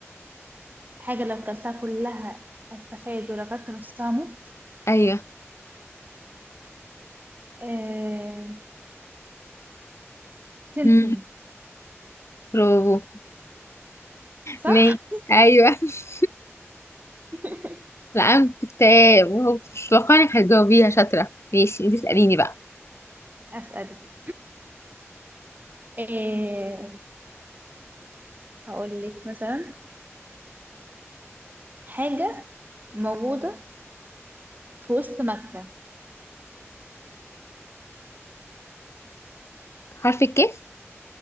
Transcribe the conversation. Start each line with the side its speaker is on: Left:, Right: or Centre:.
Right: حاجة لو كلتها كلها استفاد ولو كلت نصها موت
Left: ايوه
Right: إيه سمسم
Left: مم. برافو
Right: صح
Left: ماشي ايوه <laughs>
Right: <laughs>
Left: لا انا كنت <laughs> مش متوقعة انك هتجاوبيها شاطرة ماشي انت اسأليني بقى
Right: اسألك <clears throat> إيه هقول لك مثلا حاجة موجودة في وسط مكة
Left: حرف الكاف